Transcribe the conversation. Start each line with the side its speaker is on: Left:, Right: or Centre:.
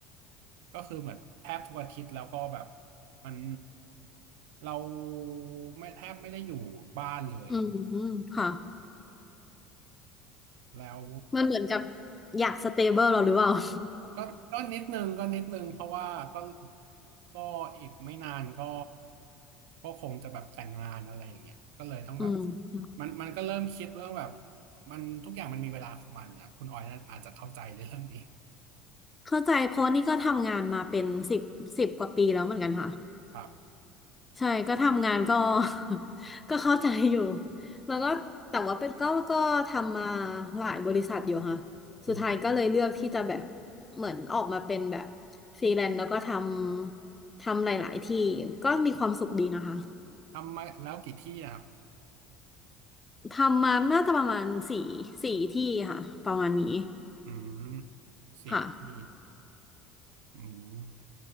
Right: ก็คือเหมือนแทบทุกอาทิตย์แล้วก็แบบมันเราไม่แทบไม่ได้อยู่บ้านเลย
Left: อืมค่ะ
Right: แล้ว
Left: มันเหมือนกับอยากสเตเบิลเราหรือเปล่า <laughs>
Right: ก็ก็นิดนึงก็นิดนึงเพราะว่าก็ก็อีกไม่นานก็ก็คงจะแบบแต่งงานอะไรอย่างเงี้ยก็เลยต้องแบบ
Left: อืม
Right: มันมันก็เริ่มคิดว่าแบบมันทุกอย่างมันมีเวลาของมันนะคุณออยน่าอาจจะเข้าใจในเรื่องนี้
Left: เข้าใจเพราะนี่ก็ทำงานมาเป็นสิบสิบกว่าปีแล้วเหมือนกันค่ะ
Right: ครับ
Left: ใช่ก็ทำงานก็ <laughs> ก็เข้าใจอยู่แล้วก็แต่ว่าเป็นก็ก็ทำมาหลายบริษัทอยู่ค่ะ
Right: อืม
Left: สุดท้ายก็เลยเลือกที่จะแบบเหมือนออกมาเป็นแบบฟรีแลนซ์แล้วก็ทำทำหลายๆที่ก็มีความสุขดีนะคะ
Right: ทำมาแล้วกี่ที่นะครับ
Left: ทำมาน่าจะประมาณสี่สี่ที่ค่ะประมาณนี้
Right: อืมสี่ที่
Left: ค่ะ
Right: อืม